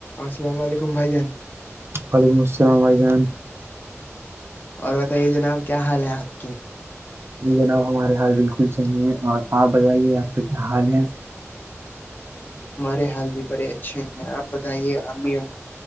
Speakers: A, on the left; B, on the right.
A: السلام علیکم بھائی جان
B: وعلیکم السلام رھائی جان
A: اور بتائیے جناب کیا حال ہے آپ کے
B: جی جناب ہمارے حال بالکل صحیح ہے اور آپ بتائیے آپ کا کیا حال ہے
A: ہمارے حال بھی بڑے اچھے ہیں آپ بتائیے امیر